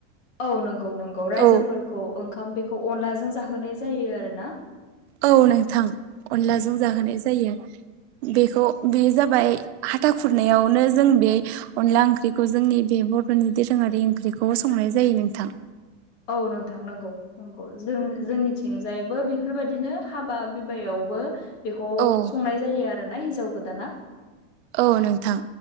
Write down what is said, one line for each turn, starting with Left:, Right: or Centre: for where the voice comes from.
Left: औ नंगौ नंगौ रायजोफोरखौ
Right: औ
Left: ओंखाम बेखौ अनलाजों जाहोनाय जायो आरो ना।
Right: औ नोंथां अनलाजों जाहोनाय जायो। बेखौ बेयो जाबाय हाथा खुरनायावनो जों बे अनला ओंख्रिखौ जोंनि बे बर'नि दोरोङारि ओंख्रिखौ संनाय जायो नोंथां।
Left: औ नोंथां नोंगौ। नंगौ जों जोंनिथिंजायबो बेफोरबायदिनो हाबा बिबायावबो बेखौ
Right: औ
Left: संनाय जायो आरो ना हिन्जाव गोदाना
Right: औ नोंथां